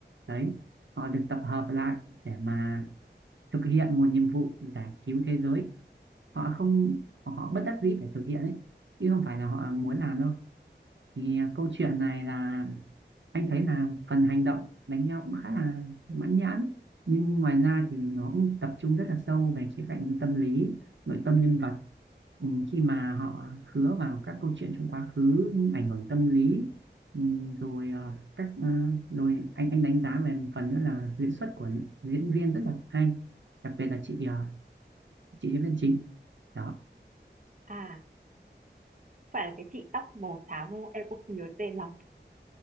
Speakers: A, on the right (about 85°); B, on the right (about 45°).
A: đấy họ được tập hợp lại để mà thực hiện một nhiệm vụ giải cứu thế giới họ không họ bất đắc dĩ phải thực hiện ấy chứ không phải là họ muốn làm đâu thì à, câu chuyện này là anh thấy là phần hành động đánh nhau cũng khá là mãn nhãn nhưng ngoài ra thì nó cũng tập trung rất là sâu về khía cạnh tâm lý, nội tâm nhân vật ừ, khi mà họ khứa vào các câu chuyện trong quá khứ những ảnh hưởng tâm lý ừ, rồi ờ, các ờ, rồi anh anh đánh giá về một phần nữa là diễn xuất của diễn viên rất là hay đặc biệt là chị ờ, chị diễn viên chính đó
B: À, phải là cái chị tóc màu xám, đúng không? Em cũng không nhớ tên lắm.